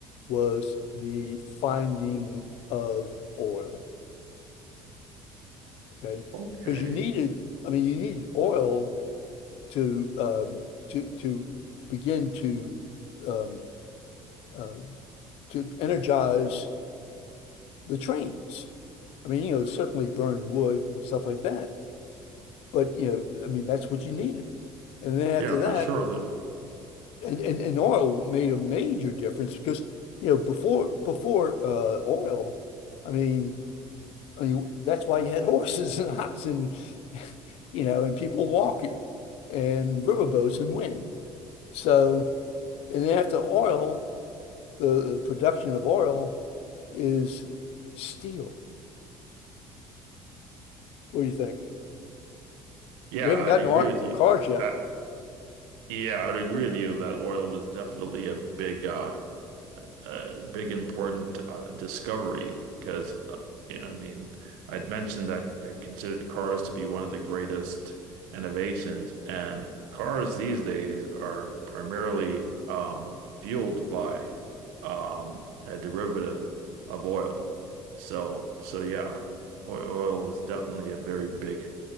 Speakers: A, on the left; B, on the right.
A: was the finding of oil, okay?
B: Okay.
A: Because you needed, I mean, you needed oil to um, to to begin to um, uh, to energize the trains. I mean, you know, certainly burn wood and stuff like that, but you know, I mean, that's what you needed. And then after
B: Yeah, for
A: that,
B: sure. The,
A: and, and and oil made a major difference because you know before before uh oil, I mean I mean that's why you had <laughs> horses and oxen, and, you know, and people walking and riverboats and wind. So and then after oil, the, the production of oil is steel. What do you think?
B: yeah,
A: We haven't
B: I'd
A: gotten
B: agree
A: on
B: with you.
A: cars yet,
B: I, yeah, I'd agree with you that oil was definitely a big uh uh, big important uh, discovery because uh, you know, I mean I'd mentioned that I considered cars to be one of the greatest innovations, and cars these days are primarily um, fueled by um, a derivative of oil. So so yeah, o- oil was definitely a very big